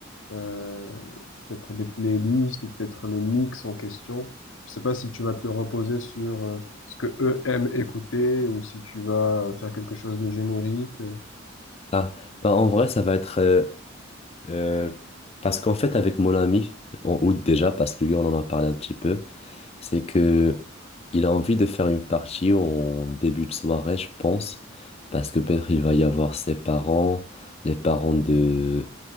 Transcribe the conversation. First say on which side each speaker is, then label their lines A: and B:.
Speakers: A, on the left; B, on the left.
A: euh, peut-être des playlists ou peut-être le mix en question. Je ne sais pas si tu vas te reposer sur euh, ce que eux aiment écouter ou si tu vas faire quelque chose de générique. euh.
B: Ah, bah en vrai, ça va être... euh, euh, parce qu'en fait, avec mon ami, en août déjà, parce que lui, on en a parlé un petit peu. C'est que il a envie de faire une partie en début de soirée, je pense, parce que peut-être il va y avoir ses parents, les parents de